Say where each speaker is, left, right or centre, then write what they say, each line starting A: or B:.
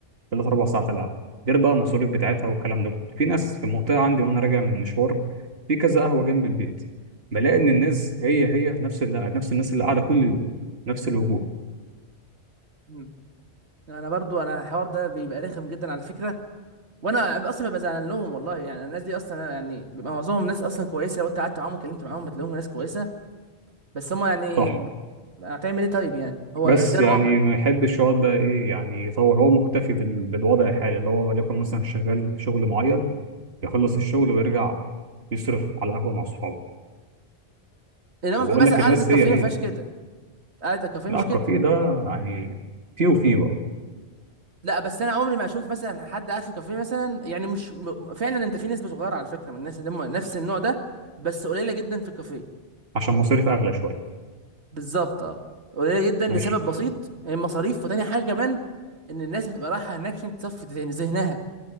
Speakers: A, on the right; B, on the right.
A: ثلاث أربع ساعات على القهوة غير بقى المصاريف بتاعتها والكلام ده كله في ناس في المنطقة عندي وأنا راجع من مشوار في كذا قهوة جنب البيت بلاقي إن الناس هي هي نفس اللي نفس الناس اللي قاعدة كل يوم نفس الوجوه
B: مم. انا برضو انا الحوار ده بيبقى رخم جدا على فكره وانا اصلا ببقى زعلان لهم والله يعني الناس دي اصلا يعني بيبقى معظمهم ناس اصلا كويسه لو انت قعدت معاهم وكلمت معاهم بتلاقيهم ناس كويسه بس هم يعني
A: صح
B: ب- هتعمل ايه طيب يعني هو
A: بس
B: ده
A: يعني
B: الواقع
A: ما يحبش يقعد بقى إيه يعني يطور هو مكتفي بال- بالوضع الحالي اللي هو ليكن مثلا شغال في شغل معين يخلص
B: مم.
A: الشغل ويرجع يصرف على قهوة مع صحابه
B: انما
A: وأقول
B: مثلا
A: لك
B: قعده
A: الناس
B: الكافيه
A: هي هي
B: ما فيهاش كده قعده الكافيه
A: لا
B: مش
A: الكافيه
B: كده
A: ده يعني فيه وفيه بقى
B: لا بس انا عمري ما اشوف مثلا حد قاعد في كافيه مثلا يعني مش م- فعلا انت في نسبه صغيره على فكره من الناس اللي هم نفس النوع ده بس قليله جدا في الكافيه
A: عشان مصاريف اغلى شويه
B: بالظبط اه قليله جدا لسبب
A: ماشي
B: بسيط المصاريف وتاني حاجه كمان ان الناس بتبقى رايحه هناك عشان تصفي ذهن- ذهنها